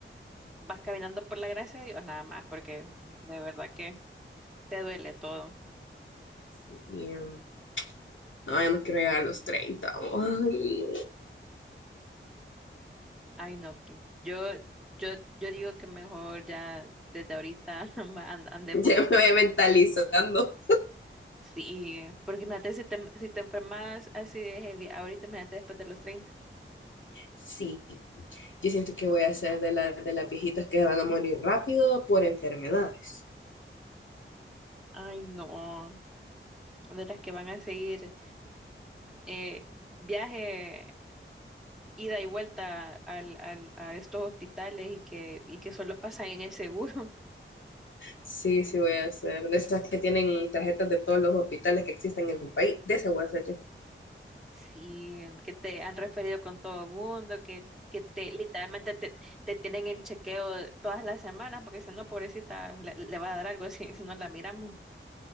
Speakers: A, in the centre; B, on the left (about 65°).
A: vas caminando por la gracia de Dios nada más, porque de verdad que te duele todo.
B: um, No, yo no quiero llegar a los treinta Ay,
A: Ay, no, Kim. Yo, yo, yo digo que mejor ya desde ahorita <laughs> va, and- ande
B: no.
A: bus,
B: Ya me voy mentalizando.
A: Sí, porque imagínate si te, si te enfermas así de heavy, ahorita imagínate después de los treinta.
B: Sí, yo siento que voy a ser de, la, de las viejitas que van a morir rápido por enfermedades.
A: Ay, no. De las que van a seguir eh, viaje ida y vuelta al, al- a estos hospitales y que, y que solo pasan en el seguro. <laughs>
B: Sí, sí voy a ser. De esas que tienen tarjetas de todos los hospitales que existen en el país. De esas voy a ser yo.
A: Sí, em, que te han referido con todo el mundo, que, que te literalmente te, te tienen en chequeo todas las semanas, porque si no, pobrecita, le, le va a dar algo si, <laughs> si no la miramos.